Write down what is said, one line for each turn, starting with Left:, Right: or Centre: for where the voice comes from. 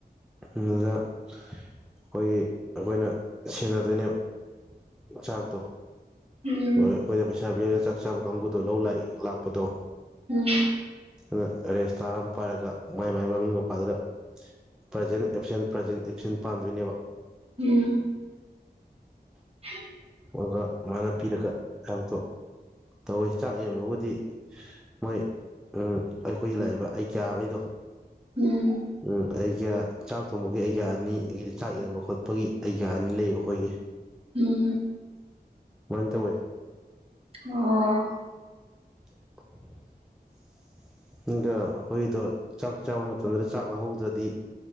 Centre: ꯑꯗꯨꯗ ꯑꯩꯈꯣꯏꯒꯤ ꯑꯩꯈꯣꯏꯅ ꯁꯦꯟꯅꯗꯣꯏꯅꯦꯕ ꯆꯥꯛꯇꯣ
Right: ꯎꯝ
Centre: ꯍꯣꯏ ꯑꯩꯈꯣꯏꯗ ꯄꯩꯁꯥ ꯄꯤꯔꯒ ꯆꯥꯛ ꯆꯥꯕ ꯀꯥꯡꯕꯨꯗꯣ ꯂꯧ ꯂꯥꯛꯏ ꯂꯥꯛꯄꯗꯣ
Right: ꯎꯝ
Centre: ꯑꯗꯨ ꯔꯦꯖꯤꯁꯇꯥꯔ ꯑꯃꯥ ꯄꯥꯏꯔꯒ ꯃꯥꯏ ꯃꯥꯏ ꯃꯃꯤꯡ ꯃꯄꯥꯗꯨꯗ ꯄ꯭ꯔꯖꯦꯟ ꯑꯦꯞꯁꯦꯟ ꯄ꯭ꯔꯖꯦꯟ ꯑꯦꯞꯁꯦꯟ ꯄꯥꯟꯗꯣꯏꯅꯦꯕ
Right: ꯎꯝ <inaudible>
Centre: ꯑꯗꯨꯒ ꯃꯥꯅ ꯄꯤꯔꯒ ꯆꯥꯛꯇꯣ ꯇꯧꯋꯦ ꯆꯥꯛ ꯌꯦꯟꯕꯕꯨ ꯗꯤ ꯃꯣꯏ ꯎꯝ ꯑꯩꯈꯣꯏꯒꯤ ꯂꯥꯛꯏꯕ ꯑꯩꯒꯌꯥꯈꯩꯗꯣ
Right: ꯎꯝ
Centre: ꯎꯝ ꯑꯩꯒꯤꯌꯥ ꯆꯥꯛ ꯊꯣꯡꯕꯒꯤ ꯑꯩꯒꯤꯌꯥ ꯑꯅꯤ ꯑꯗꯥꯒꯤꯗꯤ ꯆꯥꯛ ꯌꯦꯟꯕ ꯈꯣꯠꯄꯒꯤ ꯑꯩꯒꯤꯌꯥ ꯑꯅꯤ ꯂꯩ ꯃꯈꯣꯏꯒꯤ
Right: ꯎꯝ
Centre: ꯑꯗꯨꯃꯥꯏ ꯇꯧꯋꯦ
Right: ꯑꯣ
Centre: <inaudible> ꯑꯗꯣ ꯑꯩꯈꯣꯏꯗꯣ ꯆꯥꯛ ꯆꯥꯕ ꯃꯇꯝꯗꯨꯗ ꯆꯥꯛ ꯂꯧꯍꯧꯗ꯭ꯔꯗꯤ